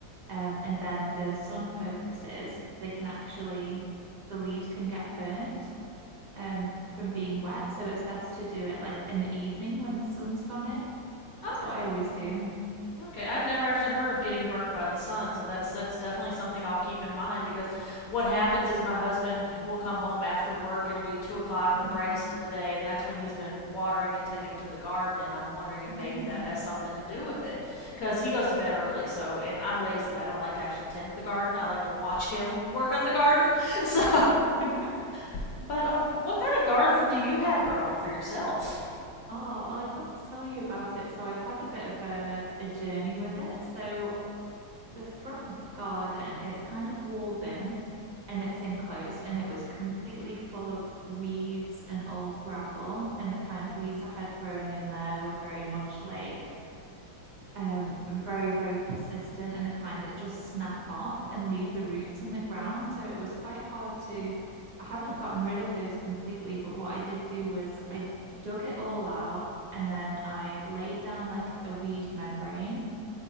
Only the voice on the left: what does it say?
Okay.
Okay, I'd never actually heard of getting burnt by the sun, so that's that's definitely something I'll keep in mind because what happens is my husband will come home after work. It'll be two o'clock,
the brightest of the day, and that's when he's been watering and tending to the garden. And I'm wondering if
maybe that has something to do with it because he goes to bed early. So, and I'm lazy. I don't like to actually tend to the garden. I like to watch him <laughs> work on the garden. So,
<laughs> but um, what kind of garden do you have growing for yourself?